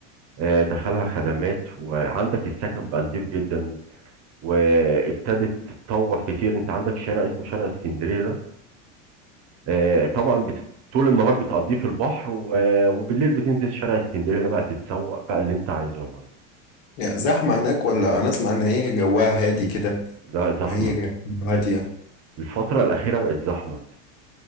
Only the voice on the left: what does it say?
يعني زحمة هناك ولا انا اسمع ان هي جواها هادي كده
وهي
جواها هادية